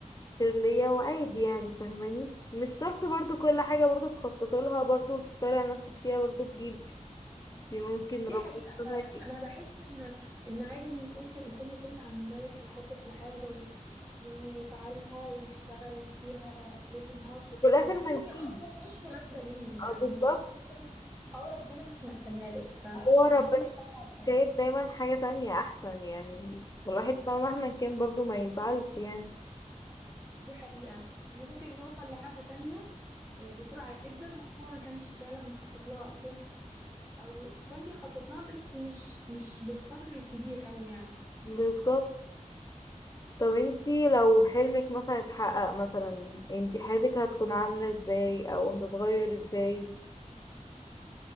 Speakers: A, on the left; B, on the right.
A: خير ليا وعادي يعني فاهماني مش شرط برضو كل حاجة برضو تخطط لها برضو وتشتغلي على نفسك فيها برضو تجيلك دي ممكن
B: دي
A: ربنا
B: حقيقة
A: يكرمك.
B: فعلا أنا بحس إن إن عادي إن ممكن الإنسان يكون عمال يخطط لحاجة و... ويسعى لها ويشتغل فيها ليل ونهار
A: وفي الآخر
B: وتكون
A: ما نجيش
B: هي أصلا مش مناسبة ليه
A: اه
B: يعني
A: بالظبط
B: بتكون أصلا أو ربنا مش مقسمها له فيكون
A: هو ربنا
B: بيشتغل على الفاضي
A: شايف دايما حاجة تانية أحسن يعني والواحد بقى مهما كان برضو ما يزعلش يعني
B: دي حقيقة وممكن يوصل لحاجة تانية آه، بسرعة جدا هو ما كانش فعلا مخطط لها أصلا أو كان بيخطط لها بس مش مش بالقدر الكبير أوي يعني
A: بالظبط طب انتي لو حلمك مثلا اتحقق مثلا انتي حياتك هتكون عاملة ازاي أو هتتغير ازاي